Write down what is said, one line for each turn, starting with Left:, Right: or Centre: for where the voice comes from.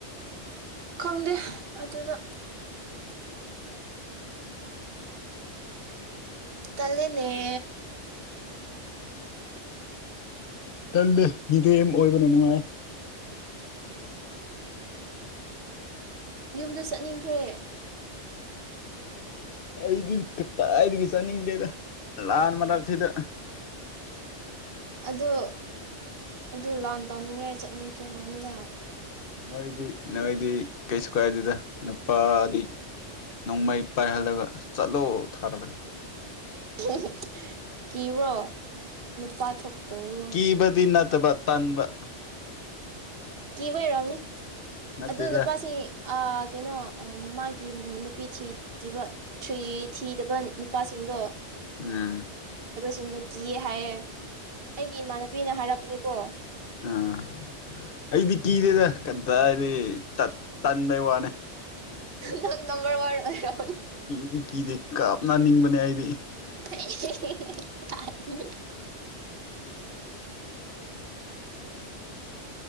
Right: ꯈꯪꯗꯦ ꯑꯗꯨꯗ ꯇꯜꯂꯦꯅꯦ
Left: ꯇꯜꯗꯦ ꯃꯤꯔ‌ꯦꯝ ꯑꯣꯏꯕꯅ ꯅꯨꯡꯉꯥꯏ
Right: ꯌꯨꯝꯗ ꯆꯠꯅꯤꯡꯈ꯭ꯔꯦ
Left: ꯑꯩꯗꯤ ꯀꯥꯏꯗꯒꯤ ꯆꯠꯅꯤꯡꯗꯦꯗ ꯂꯥꯟ ꯃꯔꯛꯁꯤꯗ
Right: ꯑꯗꯣ ꯑꯗꯨ ꯂꯥꯟ ꯇꯧꯅꯤꯡꯉꯥꯏ ꯆꯠꯅꯤꯡꯈ꯭ꯔꯦ ꯍꯥꯏꯕꯅꯤꯅ
Left: ꯅꯣꯏꯗꯤ ꯅꯣꯏꯗꯤ ꯀꯩꯁꯨ ꯀꯥꯏꯗꯦꯗ ꯅꯨꯄꯥꯗꯤ ꯅꯣꯡꯃꯩ ꯄꯥꯏꯍꯜꯂꯒ ꯆꯠꯂꯣ ꯊꯥꯔꯕꯅꯤ
Right: <unintelligible> ꯀꯤꯕ꯭ꯔꯣ ꯅꯨꯄꯥ ꯊꯣꯛꯇꯕꯒꯨꯝ
Left: ꯀꯤꯕꯗꯤ ꯅꯠꯇꯕ ꯇꯟꯕ
Right: ꯀꯤꯕꯩ ꯑꯣꯏꯔꯝꯅꯤ
Left: ꯅꯠꯇꯦꯗ
Right: ꯑꯗꯨ ꯅꯨꯄꯥꯁꯤ ꯀꯩꯅꯣ ꯃꯥꯒꯤ ꯅꯨꯄꯤ ꯊꯤꯕ ꯊ꯭ꯔꯤ ꯊꯤꯗꯕ ꯅꯨꯄꯥꯁꯤꯡꯗꯣ
Left: ꯎꯝ
Right: ꯁꯤꯡꯅ ꯀꯤꯌ‌ꯦ ꯍꯥꯏꯌꯦ ꯑꯩꯒꯤ ꯏꯃꯥꯟꯅꯕꯤꯅ ꯍꯥꯏꯔꯄ ꯄꯅꯤ ꯀꯣ
Left: ꯑꯥ ꯑꯩꯗꯤ ꯀꯤꯗꯦꯗ ꯀꯥꯗꯥꯏꯗꯩ ꯇꯠ ꯇꯟꯕꯩ ꯋꯥꯅꯦ
Right: ꯅꯪ ꯅꯝꯕꯔ ꯋꯥꯟ ꯑꯣꯏꯔꯣ꯫
Left: ꯀꯤꯗꯤ ꯀꯤꯗꯦ ꯀꯥꯞꯅꯅꯤꯡꯕꯅꯦ ꯑꯩꯗꯤ꯫
Right: ꯑꯣꯏꯔꯝꯃꯅꯤ